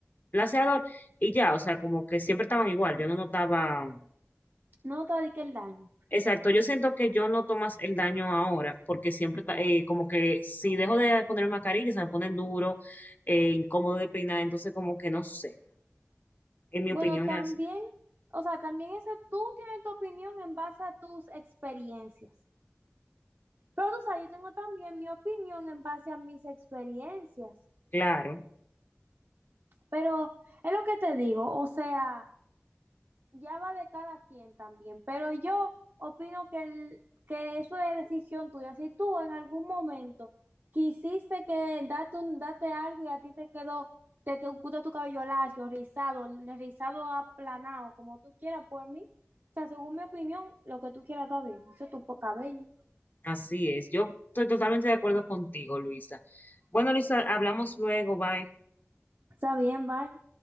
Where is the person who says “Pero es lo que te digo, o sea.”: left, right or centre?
Right